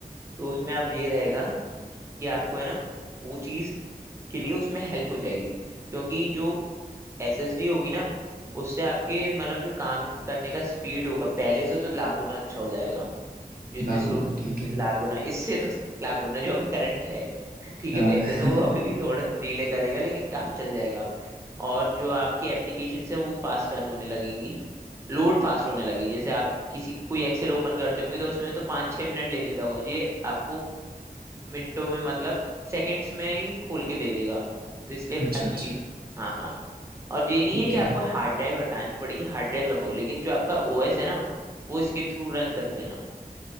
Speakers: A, on the right; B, on the right.
A: तो उसमें आप ये रहेगा कि आपको है ना वो चीज के लिए उसमें हेल्प हो जाएगी क्योंकि जो एसएसडी होगी ना उससे आपके मतलब जो काम करने का स्पीड होगा पहले से तो लाख गुना अच्छा हो जाएगा जो इतने
B: लागू
A: स्लो
B: ना ठीक है
A: लाख गुना इससे तो लाख गुना जो अभी करंट है ठीक
B: हाँ
A: है वैसे तो वो अभी भी थोड़ा डिले करेगा लेकिन काम चल जाएगा और जो आपकी एप्लीकेशन है वो फास्ट रन होने लगेंगी लोड फास्ट होने लगी जैसे आप किसी कोई एक्सेल ओपन करते होंगे तो उसमें तो पाँच छः मिनट ले लेता होगा ये आपको मिनटों में मतलब सेकंड्स में ही खोल के दे देगा तो इसलिए
B: <laughs> अच्छा
A: अच्छी
B: अच्छा
A: हाँ हाँ और ये नहीं
B: ठीक
A: है कि
B: है
A: आपको हार्ड ड्राइव हटानी पड़ेगी हार्ड ड्राइव रखो लेकिन जो आपका ओएस है ना वो इसके थ्रू रन कर देना